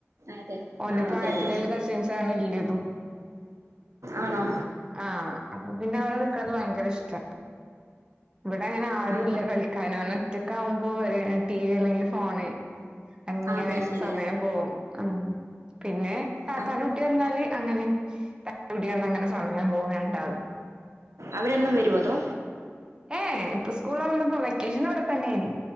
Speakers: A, on the right; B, on the right.
A: അതെ
B: ഓന്റെ
A: ആഹ്
B: പ്രായത്തിലുള്ള
A: അതെ അതെ
B: കസിൻസ് ആണ് ഇല്ലതും
A: ആണോ
B: ആഹ് അപ്പൊ പിന്നെ അവൾക്കത് ഭയങ്കര ഇഷ്ടാ. ഇവിടെ അങ്ങനെ ആരുും
A: ആഹാ
B: ഇല്ല കളിക്കാനോന് ഒറ്റ കാവുമ്പോ ടി വി അല്ലെങ്കിൽ ഫോണ്. അങ്ങനെ
A: അതെ ശരിയാ
B: സമയം പോകും അ പിന്നെ പാപ്പാൻ
A: ആ
B: കുട്ടി വന്നാല് അങ്ങനെ എവിടെയാണ് അങ്ങനെ സമയം പോവണ്ട
A: അവരന്നും വരോ അതോ
B: ഏഎ ഇപ്പൊ സ്കൂളോർന്നപ്പോ വെക്കേഷൻ വിടതന്നേ ഇനി.